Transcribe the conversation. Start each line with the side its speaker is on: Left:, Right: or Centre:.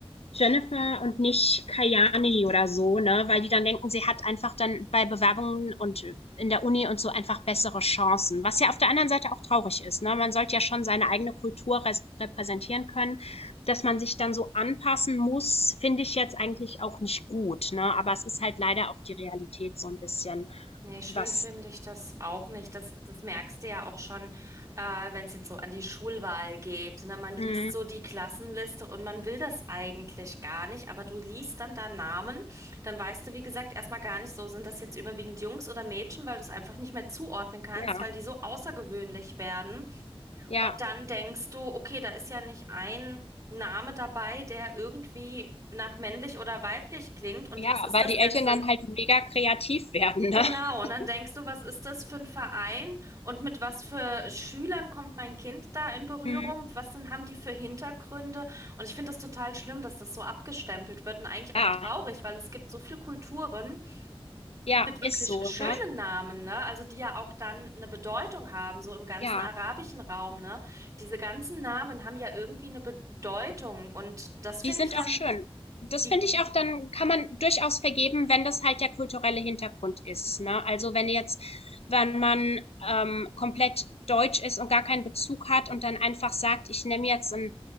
Left: Jennifer und nicht Kayani oder so, ne? Weil die dann denken, sie hat einfach dann bei Bewerbungen und in der Uni und so einfach bessere Chancen. Was ja auf der anderen Seite auch traurig ist, ne? Man sollte ja schon seine eigene Kultur repräsentieren können. Dass man sich dann so anpassen muss, finde ich jetzt eigentlich auch nicht gut, ne? Aber es ist halt leider auch die Realität so ein bisschen,
Right: Nee, schön
Left: was,
Right: finde ich das auch nicht. Das, das merkst du ja auch schon, äh, wenn es jetzt so an die Schulwahl geht. Ne? Man
Left: mh,
Right: liest so die Klassenliste und man will das eigentlich gar nicht, aber du liest dann da Namen, dann weißt du, wie gesagt, erstmal gar nicht so, sind das jetzt überwiegend Jungs oder Mädchen, weil du es einfach nicht mehr zuordnen kannst,
Left: ja,
Right: weil die so außergewöhnlich werden.
Left: ja,
Right: Und dann denkst du, okay, da ist ja nicht ein Name dabei, der irgendwie nach männlich oder weiblich klingt. Und
Left: ja,
Right: was ist
Left: weil
Right: das
Left: die
Right: denn
Left: Eltern
Right: für
Left: dann
Right: ein...
Left: halt mega kreativ werden, ne?
Right: Genau,
Left: <laughs>
Right: und dann denkst du, was ist das für ein Verein und mit was für Schülern kommt mein Kind da in Berührung?
Left: Mhm.
Right: Was denn haben die für Hintergründe? Und ich finde das total schlimm, dass das so abgestempelt wird und eigentlich auch
Left: Ja,
Right: traurig, weil es gibt so viele Kulturen,
Left: ja,
Right: mit wirklich
Left: ist so,
Right: schönen
Left: ne?
Right: Namen, ne? Also die ja auch dann eine Bedeutung haben, so im ganzen
Left: Ja.
Right: arabischen Raum, ne? Diese ganzen Namen haben ja irgendwie eine Bedeutung und das finde
Left: Die sind
Right: ich dann
Left: auch schön. Das
Right: die,
Left: finde ich auch, dann kann man durchaus vergeben, wenn das halt der kulturelle Hintergrund ist, ne? Also wenn jetzt, wenn man ähm, komplett deutsch ist und gar keinen Bezug hat und dann einfach sagt, ich nehme jetzt einen,